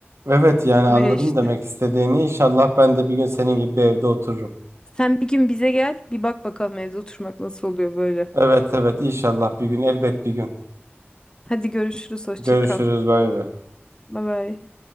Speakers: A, on the right; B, on the left.
A: Evet yani anladım
B: Öyle işte.
A: demek istediğini. İnşallah ben de bir gün senin gibi bir evde otururum.
B: Sen bir gün bize gel bir bak bakalım evde oturmak nasıl oluyor böyle.
A: Evet evet inşallah bir gün elbet bir gün.
B: Hadi görüşürüz hoşça
A: Görüşürüz
B: kal.
A: bay bay.
B: Bye bye.